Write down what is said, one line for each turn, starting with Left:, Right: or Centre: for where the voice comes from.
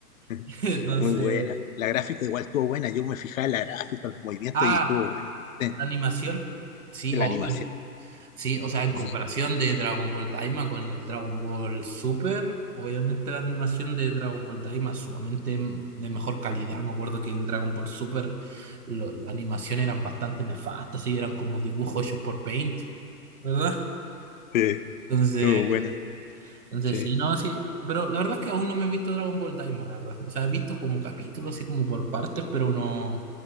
Left: <laughs>
Right: <laughs> Entonces,
Left: muy buena. La gráfica igual estuvo buena, yo me fijaba en la gráfica, los movimientos
Right: Ah,
Left: y estuvo buena,
Right: la
Left: sí,
Right: animación. Sí,
Left: la
Right: obvio.
Left: animación.
Right: Sí, o sea, en comparación
Left: Sí,
Right: de Dragon Ball Daima con el Dragon Ball Super, obviamente la animación de Dragon Ball Daima es sumamente m- de mejor calidad. Me acuerdo que en Dragon Ball Super lo- la animación eran bastante nefastas, sí, eran como dibujos hechos por Paint, ¿verdad?
Left: sí,
Right: Entonces,
Left: estuvo buena,
Right: entonces
Left: sí.
Right: sí, no, sí. Pero la verdad es que aún no me he visto Dragon Ball Daima, la verdad. O sea, he visto como capítulos, así como por partes, pero no,